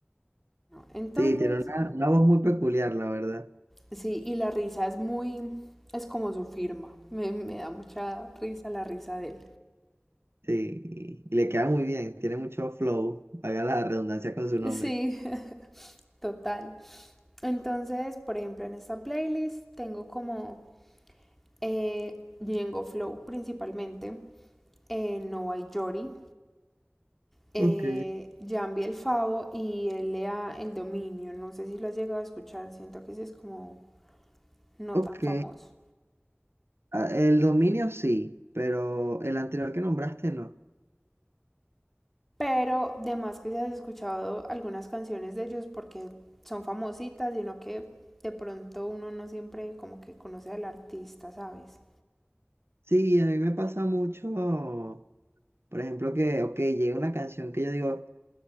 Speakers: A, in the centre; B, on the right.
A: ¿no? Entonces,
B: Sí, tiene una, una voz muy peculiar, la verdad.
A: sí, y la risa es muy, es como su firma. Me, me da mucha risa la risa de él.
B: Sí, y le queda muy bien, tiene mucho flow, haga la redundancia con su nombre.
A: Sí, <laughs> total. Entonces, por ejemplo, en esta playlist tengo como eh, Django Flow principalmente, eh, Nova y Yori, eh,
B: Ok.
A: Jambi el Favo y L a el Dominio. No sé si lo has llegado a escuchar, siento que ese es como no
B: Ok,
A: tan famoso.
B: Ah, El dominio sí, pero el anterior que nombraste no.
A: Pero de más que se has escuchado algunas canciones de ellos porque son famositas sino que de pronto uno no siempre como que conoce al artista, ¿sabes?
B: Sí, a mí me pasa mucho, por ejemplo, que, ok, llega una canción que yo digo,